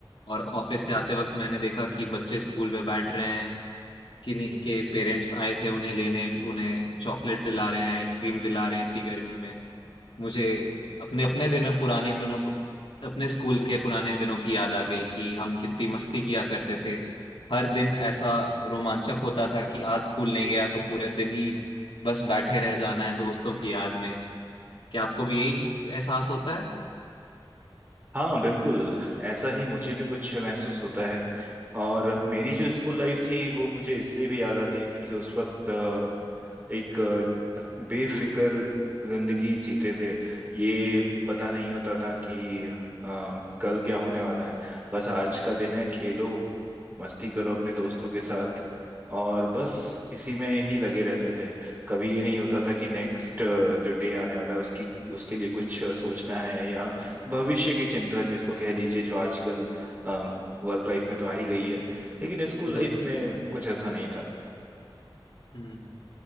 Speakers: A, on the left; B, on the right.
A: और ऑफिस से आते वक्त मैंने देखा कि बच्चे स्कूल में बैठ रहे हैं किन्हीं के पेरेंट्स आए थे उन्हें लेने उन्हें चॉकलेट दिला रहे हैं आइसक्रीम दिला रहे हैं इतनी गर्मी में मुझे अपने अपने दिनों पुराने दिनों अपने स्कूल के पुराने दिनों की याद आ गई कि हम कितनी मस्ती किया करते थे हर दिन ऐसा रोमांचक होता था कि आज स्कूल नहीं गया तो पूरे दिन ही बस बैठे रह जाना है दोस्तों की याद में क्या आपको भी यही एहसास होता है
B: हाँ बिल्कुल ऐसा ही मुझे भी कुछ महसूस होता है और मेरी जो स्कूल लाइफ थी वो मुझे इसलिए भी याद आती है क्योंकि उस वक्त एक अ, बेफिक्र जिंदगी जीते थे ये पता नहीं होता था कि अ, कल क्या होने वाला है बस आज का दिन है खेलो मस्ती करो अपने दोस्तों के साथ और बस इसी में ही लगे रहते थे कभी ये नहीं होता था कि नेक्स्ट जो डे आने वाला है उसकी उसके लिए कुछ अ, सोचना है या भविष्य की चिंता जिसको कह लीजिए जो आजकल वर्क लाइफ में तो आ ही गई है लेकिन स्कूल लाइफ
A: बिल्कुल
B: में
A: सही
B: कुछ ऐसा नहीं था
A: हम्म